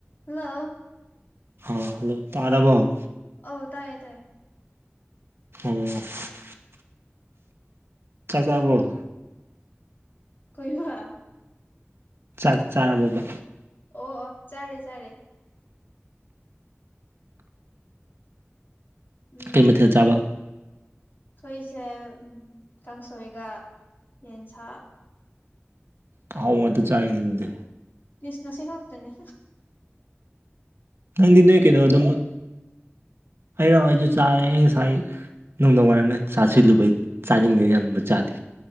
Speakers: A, on the left; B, on the right.
A: Hello
B: hello hello ꯇꯥꯔꯔꯕꫭ
A: ꯑꯧ ꯇꯥꯏꯌꯦ ꯇꯥꯏꯌꯦ
B: ꯑꯣ ꯆꯥꯛ ꯆꯔꯥꯕꫭ
A: ꯀꯩꯏꯕ
B: ꯆꯥꯛ ꯆꯥꯔꯕꫭꯕ
A: ꯑꯣ ꯑꫭ ꯆꯔꯦ ꯆꯔꯦ ꯎꯝ
B: ꯀꯩꯃꯊ‌ꯦꯜ ꯆꯥꯕ
A: ꯑꯩꯈꯣꯏꯁꯦ ꯀꯥꯡꯁꯣꯏꯒ ꯌꯦꯟꯁꯥ
B: ꯑꯥꯍꯥꯎꯕ ꯉꯛꯇꯥ ꯆꯥꯏꯅꯤ ꯑꯗꯨꯗꯤ
A: ꯏꯤꯁ ꯉꯁꯤ ꯈꯛꯇꯅꯤ
B: ꯅꯪꯗꯤ ꯅꯣꯏ ꯀꯩꯅꯣ ꯑꯗꯨꯝꯃ ꯑꯩꯔꫭ ꯑꯩꯖꯨ ꯆꯥꯔꯦ ꯉꯁꯥꯏ ꯅꯨꯡꯗꯥꯡ ꯋꯥꯏꯔꯝꯗ ꯆꯥꯁꯤꯜꯂꯨꯕꯩ ꯆꯥꯅꯤꯡꯗꯦꯅ ꯌꯥꯝꯕꯨ ꯆꯥꯗꯦ